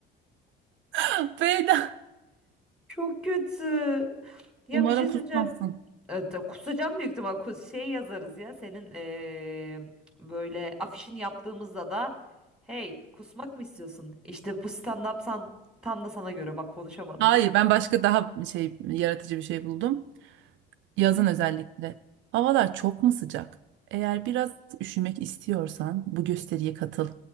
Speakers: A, on the right; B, in the centre.
A: <laughs> Beyda.
B: çok kötü. Ya
A: Umarım
B: bir şey söyleyeceğim.
A: kusmazsın.
B: Evet, e, kusacağım büyük ihtimal. Kus- Şey yazarız ya senin eee, böyle afişini yaptığımızda da hey kusmak mı istiyorsun? İşte bu stand-up san- tam da sana göre bak konuşamadım.
A: Hayır, ben başka daha şey yaratıcı bir şey buldum. Yazın
B: <laughs>
A: özellikle. Havalar çok mu sıcak? Eğer biraz üşümek istiyorsan bu gösteriye katıl.